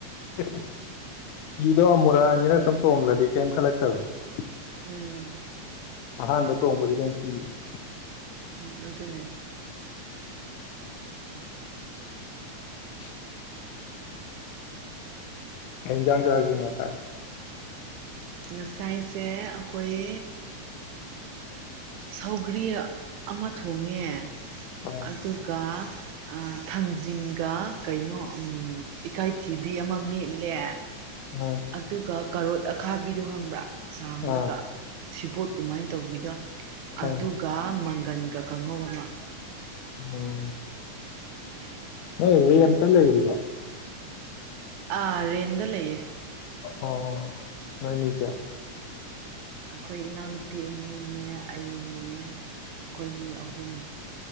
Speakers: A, on the left; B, on the right.
A: <inaudible> ꯍꯤꯗꯣ ꯑꯃꯨꯔꯛꯑꯅꯤꯔꯛ ꯁꯨꯝ ꯇꯣꯡꯈ꯭ꯔꯗꯤ ꯀꯩꯝ ꯈꯜꯂꯛꯇꯕꯅꯤ
B: ꯎꯝ
A: ꯑꯍꯥꯟꯕ ꯇꯣꯡꯕꯗꯤ ꯌꯥꯝ ꯀꯤꯕꯅꯦ
B: ꯎꯝ ꯑꯗꯨꯅꯦ
A: <inaudible> ꯀꯩ ꯏꯟꯖꯥꯡ ꯆꯥꯒꯦ ꯉꯥꯁꯥꯏ
B: ꯉꯁꯥꯏꯁꯦ ꯑꯥꯈꯣꯏ ꯁꯧꯒ꯭ꯔꯤ ꯑꯃ ꯊꯣꯡꯉꯦ
A: ꯑꯥ
B: ꯑꯗꯨꯒ ꯑꯥ ꯊꯥꯡꯖꯤꯡꯒ ꯀꯩꯅꯣ ꯏꯀꯥꯏꯊꯤꯕꯤ ꯑꯃ ꯃꯦꯠꯂꯦ
A: ꯑꯥ
B: ꯑꯗꯨꯒ ꯀꯔꯣꯠ ꯑꯈꯥꯕꯤꯗꯣ ꯈꯪꯕ꯭ꯔꯥ ꯆꯥꯡꯂꯒ
A: ꯑꯥ
B: ꯁꯤ ꯄꯣꯠ ꯀꯨꯃꯥꯏꯅ ꯇꯧꯕꯤꯒ
A: ꯈꯪꯉꯦ
B: ꯑꯗꯨꯒ ꯇꯟꯒ ꯀꯥꯡꯍꯧ ꯑꯃ
A: ꯑꯣ
B: ꯍꯉ
A: ꯍꯦ ꯔꯦꯟꯠ ꯇꯥ ꯂꯩꯔꯤꯕꯣ
B: ꯑꯥ ꯔꯦꯟꯗ ꯂꯩꯌꯦꯦ
A: ꯑꯣ ꯅꯣꯏꯃꯤ ꯀꯌꯥ
B: ꯑꯈꯣꯏ ꯏꯅꯥꯎꯅꯨꯄꯤ ꯑꯅꯤꯅꯦ ꯑꯩꯅꯦ ꯑꯩꯈꯣꯏ ꯃꯤ ꯑꯍꯨꯝ